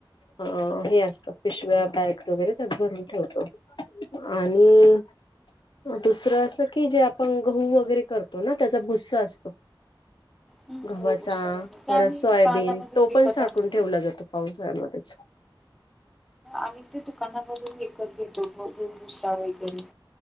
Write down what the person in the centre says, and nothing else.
हम्म
गहू भुसा वगैरे ते
आम्ही
दुकानामधून
विकत
आणतो.
आम्ही ते दुकानामधून विकत घेतो बघून भुस्सा वगैरे